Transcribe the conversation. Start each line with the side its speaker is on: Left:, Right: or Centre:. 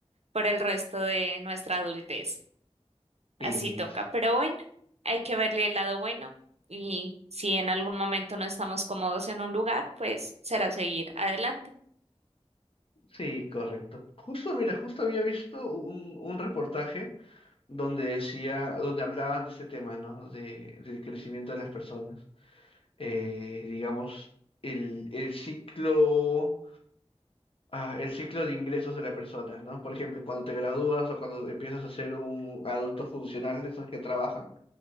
Right: por el resto de nuestra adultez. Así
Left: Y
Right: toca. Pero bueno, hay que verle el lado bueno. Y si en algún momento no estamos cómodos en un lugar, pues será seguir adelante.
Left: sí, correcto. Justo, mira, justo había visto un, un reportaje donde decía, donde hablaban de este tema, ¿no? De, del crecimiento de las personas. Eh, digamos, el, el ciclo, ah, el ciclo de ingresos de las personas, ¿no? Por ejemplo, cuando te gradúas o cuando empiezas a ser un adulto funcional, de esos que trabajan,